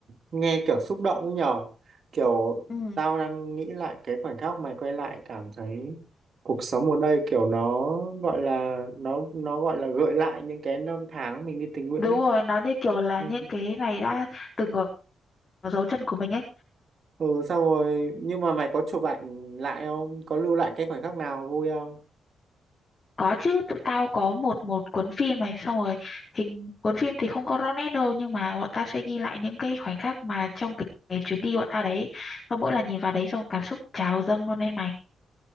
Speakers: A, on the right (about 50°); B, on the left (about 40°).
A: nghe kiểu xúc động ấy nhở kiểu
B: Ừ.
A: tao đang nghĩ lại cái khoảnh khắc mày quay lại cảm thấy cuộc sống ở đây kiểu nó gọi là nó nó gọi là gợi lại những cái năm tháng mình đi tình nguyện
B: Đúng
A: ấy
B: rồi, nó như kiểu là
A: ừ
B: những cái này đã từng ở ở dấu chân của mình ấy.
A: Ừ, xong rồi nhưng mà mày có chụp ảnh lại không có lưu lại cái khoảnh khắc nào vui không
B: Có chứ, tụi tao có một một cuốn phim này xong rồi hình cuốn phim thì không có rõ nét đâu nhưng mà bọn tao sẽ ghi lại những cái khoảnh khắc mà trong cái, cái chuyến đi bọn tao đấy. Xong mỗi lần nhìn vào đấy xong cảm xúc trào dâng luôn đấy mày.